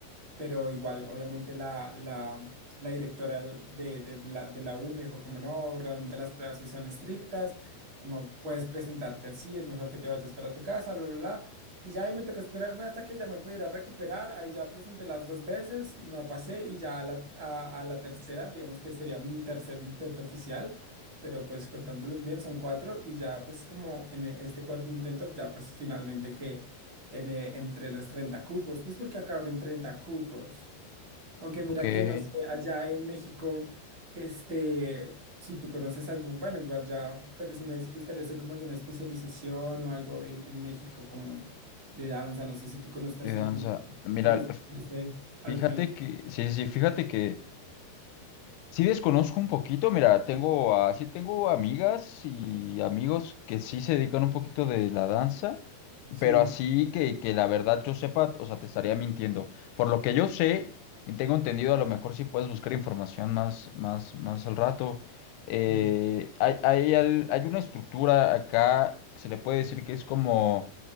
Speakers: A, on the right; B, on the left.
A: pero igual, obviamente la, la, la directora del- de, de- de la, de la U me dijo como no, realmente las pruebas sí son estrictas, no puedes presentarte así, es mejor que te vayas para tu casa, bla, bla, bla. Y ya ahí me tocó esperarme hasta que ya me pudiera recuperar, ahí ya presenté las dos veces, no pasé y ya a la, a, a la tercera, digamos que sería mi tercer intento oficial. Pero pues contándolos bien son cuatro y ya pues como en e- este cuarto intento ya pues finalmente en, eh, entre los 30 cupos, pues porque acá abren 30 cupos. Aunque mira
B: ok, de
A: que no sé, allá en México, este, si tú conoces algún, bueno, igual ya, pero si me gustaría hacer como alguna especialización o algo en, en México como de danza, no sé si tú conozcas
B: danza.
A: alguna,
B: Mira,
A: o tú que estudiaste al
B: Fíjate
A: fin.
B: que, sí, sí, fíjate que sí desconozco un poquito, mira, tengo, a- sí tengo amigas y amigos que sí se dedican un poquito de la danza,
A: Sí,
B: pero así que, que la verdad yo sepa, o sea, te estaría mintiendo. Por lo que yo sé y tengo entendido, a lo mejor sí puedes buscar información más, más, más al rato. eh,
A: mm,
B: hay, hay, al- hay una estructura acá que se le puede decir que es como,